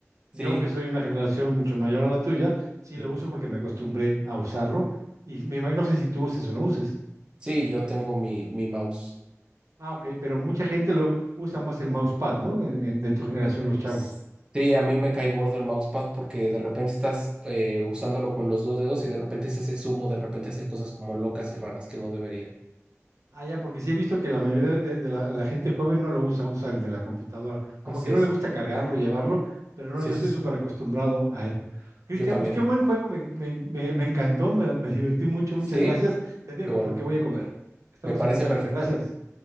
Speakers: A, on the right; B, on the right.
A: Sí,
B: Yo que soy una generación mucho mayor a la tuya, sí
A: sí.
B: lo uso porque me acostumbré a usarlo y me imagino, no sé si tú uses o no uses.
A: Sí, yo tengo mi, mi mouse.
B: Ah, ok, pero mucha gente lo usa más el mousepad, ¿no? En- en- De tu generación, los chavos.
A: S- Sí, a mí me cae gordo el mousepad porque de repente estás eh, usándolo con los dos dedos y de repente se hace zumo, de repente hace cosas como locas y raras que no debería.
B: Ah, ya, porque sí he visto que la mayoría de, de la, la gente joven no lo usa, usa el de la computadora. Como
A: Así
B: que no
A: es.
B: le gusta cargarlo, llevarlo, pero no,
A: Sí,
B: yo estoy
A: sí, sí.
B: súper acostumbrado a él. Cristian,
A: Yo también.
B: pues qué buen juego, me, en- me en- me- me encantó, me, me divertí mucho, muchas
A: Sí,
B: gracias. Te dejo
A: qué bueno.
B: porque voy a comer. Estamos
A: Me parece
B: en contacto,
A: perfecto.
B: gracias.